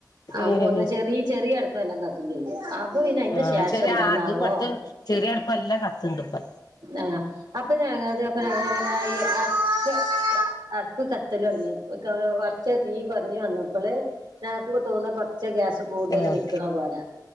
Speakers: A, on the right; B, on the left.
A: അപ്പൊ
B: ഏഹ്
A: ഒന്ന് ചെറിയ ചെറിയ അടുപ്പ് നല്ലോം കത്തും ചെയ്യും. അപ്പൊ പിന്നെ അയിന്റെ
B: ആഹ്
A: ശേഷം
B: ചെറിയ
A: എന്താന്നാവോ,
B: അതും അടുത്ത് ചെറിയ അടുപ്പ് നല്ലോം കത്ത്ണ്ട്പ്പോ.
A: ആഹ് അപ്പൊ ഞങ്ങളത് അപ്പൊ <unintelligible> അടുപ്പ് കത്തൽ തുടങ്ങിയപ്പൊ കുറച്ച് തീ കുറഞ്ഞ് വന്നപ്പോള് ഞങ്ങക്ക് തോന്ന കൊറച്ച് ച്ച് ഗ്യാസ് കൂടുതല്
B: ആഹ്
A: നിക്ക്ണ പോലെ.